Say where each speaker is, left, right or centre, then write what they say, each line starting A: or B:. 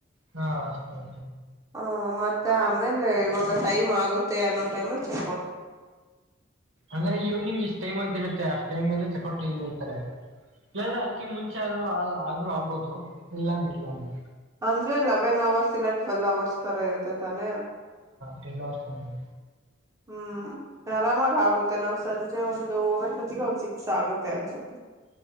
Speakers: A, on the right; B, on the right.
A: ಹಾ ಅಷ್ಟರಿ
B: ಹ ಮತ್ತೆ ಆಮೇಲೆ ಇವಾಗ ಟೈಮ್ ಆಗುತ್ತೆ ಅನ್ನೋ ಟೈಮಲ್ಲಿ ಚೆಕ್
A: ಅಂದ್ರೆ ಈವ್ನಿಂಗ್ ಇಷ್ಟ್ ಟೈಮ್ ಅಂತ ಇರುತ್ತೆ ಅಷ್ಟ ಟೈಮ್ ಮೇಲೆ ಚಕೌಟಿ ಹೇಳ್ತಾರೆ ಇಲ್ಲಲ್ ಅದಕೆ ಮುಂಚೆ ಆದರು ಆದ್ರೂ ಆಗ್ಬೋದು ಇಲ್ಲಾಂದ್ರೆ ಇಲ್ಲಾ ಅಂದೆ
B: ಅಂದ್ರೆ ಲೆವೆನ್ ಅವರ್ಸ್ ಇಲ್ಲ ಟ್ವೆಲ್ವ್ ಅವರ್ಸ್ ತರ ಇರ್ತೈ ತಾನೆ
A: ಟಲ್ಲಸ್ಂದ
B: ಹ್ಮ್ ಆರಾಮಾಗ ಆಗುತ್ತೆ ನಾವ್ ಸಂಜೆ ಒಂದು ಹೋಗೋಷ್ಟೊತ್ತಿಗೆ ಒಂದ್ ಸಿಕ್ಸ್ ಆಗುತ್ತೆ ಅನ್ಸುತ್ತೆ <unintelligible>